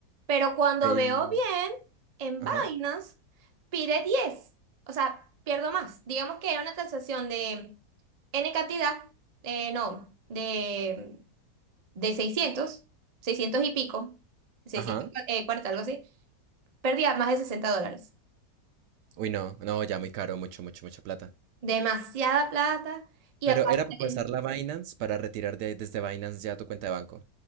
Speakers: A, on the right; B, on the right.
A: Pero cuando
B: Pay-
A: veo bien, en
B: Ajá,
A: Binance pide diez O sea, pierdo más. Digamos que era una transacción de N cantidad, eh, no, de, de seiscientos 600 y pico, 640,
B: ajá.
A: algo así. Perdía más de 60 dólares.
B: Uy, no, no, ya muy caro, mucho, mucho, mucha plata.
A: Demasiada plata. Y
B: Pero
A: aparte,
B: era para pasar la Binance para retirar de- desde Binance ya tu cuenta de banco.